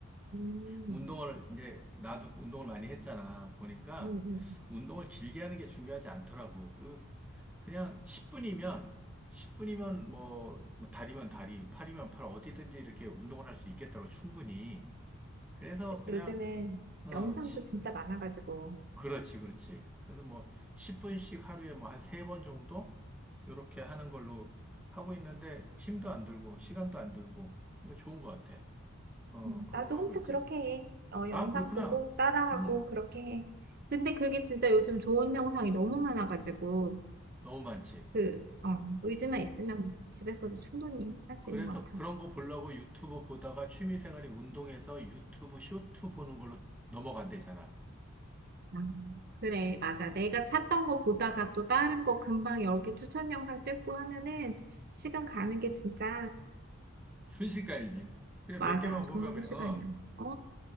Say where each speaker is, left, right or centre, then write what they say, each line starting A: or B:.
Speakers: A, on the right (about 45°); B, in the centre.
A: 음,
B: 운동을 이제 나도 운동을 많이 했잖아. 보니까
A: 음, 음.
B: 운동을 길게 하는 게 중요하지 않더라고. 그리고 그냥 10분이면 10분이면 뭐, 뭐 다리면 다리, 팔이면 팔 어디든지 이렇게 운동을 할 수 있겠더라고 충분히. 그래서
A: 그치,
B: 그냥
A: 요즘은
B: 어,
A: 영상도
B: 시-
A: 진짜 많아가지고.
B: 그렇지, 그렇지. 그래서 뭐 10분씩 하루에 뭐 한 세 번 정도 이렇게 하는 걸로 하고 있는데 힘도 안 들고 시간도 안 들고 그러니까 좋은 것 같아. 어,
A: 음,
B: 그런
A: 나도
B: 거
A: 혼자
B: 하고 있지.
A: 그렇게 해. 어, 영상
B: 아, 그렇구나.
A: 보고, 따라하고,
B: 음.
A: 그렇게 해. 근데 그게 진짜 요즘 좋은 영상이 너무 많아가지고.
B: 너무 많지.
A: 그, 어, 의지만 있으면 집에서도 충분히 할 수
B: 그래서
A: 있는 것 같아.
B: 그런 거 보려고 유튜브 보다가 취미생활이 운동해서 유튜브 쇼트 보는 걸로 넘어간대잖아.
A: 아, 그래, 맞아. 내가 찾던 거 보다가 또 다른 거 금방 여러 개 추천 영상 뜯고 하면은 시간 가는 게 진짜,
B: 순식간이지. 그냥
A: 맞아.
B: 몇 개만 보면
A: 정말
B: 그냥,
A: 순식간이야.
B: 어.
A: 어,